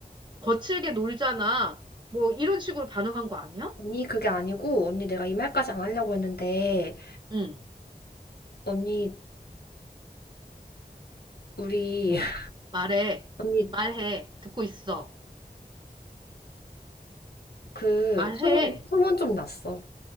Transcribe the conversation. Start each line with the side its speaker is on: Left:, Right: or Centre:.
Right: 거칠게 놀잖아. 뭐 이런 식으로 반응한 거 아니야?
Left: 언니 그게 아니고 언니 내가 이 말까지 안 하려고 했는데
Right: 응.
Left: 언니 우리
Right: 뭐
Left: <laughs>
Right: 말해.
Left: 언니
Right: 말해. 듣고 있어.
Left: 그
Right: 말해.
Left: 소문 소문 좀 났어.